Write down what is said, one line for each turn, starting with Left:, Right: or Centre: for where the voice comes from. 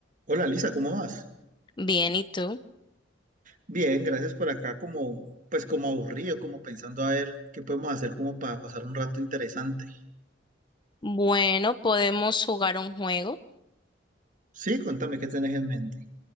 Right: Hola Lisa, ¿cómo vas?
Left: Bien, ¿y tú?
Right: Bien, gracias por acá, como pues como aburrido, como pensando a ver qué podemos hacer como para pasar un rato interesante.
Left: Bueno, podemos jugar un juego.
Right: Sí, cuéntame qué tenés en mente.